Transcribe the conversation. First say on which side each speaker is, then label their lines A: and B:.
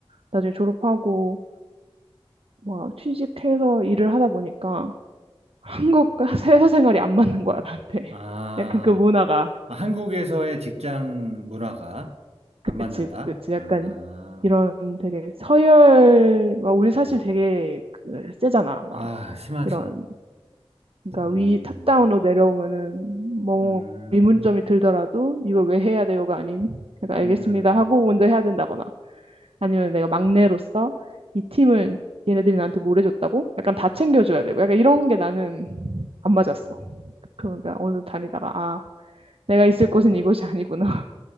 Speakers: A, on the right; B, on the right.
A: 나중에 졸업하고 막 취직해서 일을 하다 보니까 한국과 <laughs> 회사 생활이 안 맞는 거야, 나한테.
B: 아,
A: 약간 그 문화가.
B: 아, 한국에서의 직장 문화가 안 맞는다?
A: 그치, 그치.
B: 아,
A: 약간 이런 되게 서열, 막 우리
B: 그래.
A: 사실 되게 그 세잖아.
B: 아,
A: 막
B: 심하지.
A: 이런, 그러니까
B: 음,
A: 위 탑다운으로 내려오면은 뭐
B: 음,
A: 의문점이 들더라도 이걸 왜 해야 돼요가 아닌, 그러니까 알겠습니다
B: 음, 음.
A: 하고 먼저 해야 된다거나 아니면 내가 막내로서 이 팀을 얘네들이 나한테 뭘 해줬다고? 약간 다 챙겨줘야 되고 약간 이런 게 나는 안 맞았어.
B: 음.
A: 그러니까 어느 정도 다니다가 아, 내가 있을 곳은 이곳이 아니구나. <laughs>